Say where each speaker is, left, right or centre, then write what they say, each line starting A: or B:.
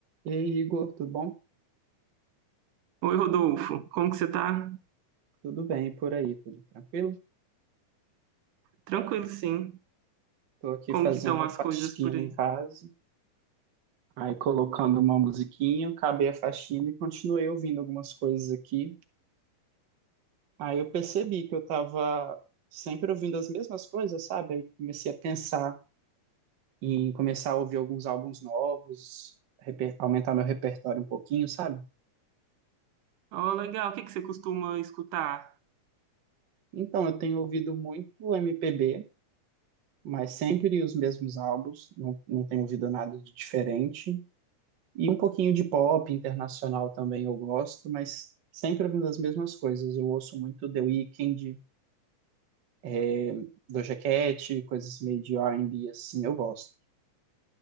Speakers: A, on the right; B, on the right.
A: E aí, Igor, tudo bom?
B: Oi, Rodolfo, como que você tá?
A: Tudo bem por aí, tudo tranquilo?
B: Tranquilo, sim.
A: Tô aqui
B: Como
A: fazendo
B: que estão
A: a
B: as
A: faxina
B: coisas por aí?
A: em casa, aí colocando uma musiquinha, acabei a faxina e continuei ouvindo algumas coisas aqui. Aí eu percebi que eu tava sempre ouvindo as mesmas coisas, sabe? Aí comecei a pensar em começar a ouvir alguns álbuns novos, reper- aumentar meu repertório um pouquinho, sabe?
B: Oh, legal. O que que você costuma escutar?
A: Então, eu tenho ouvido muito MPB, mas sempre os mesmos álbuns, não, não tenho ouvido nada de diferente. E um pouquinho de pop internacional também eu gosto, mas sempre ouvindo as mesmas coisas. Eu ouço muito The Weeknd, eh, Doja Cat, coisas meio de R&B, assim, eu gosto.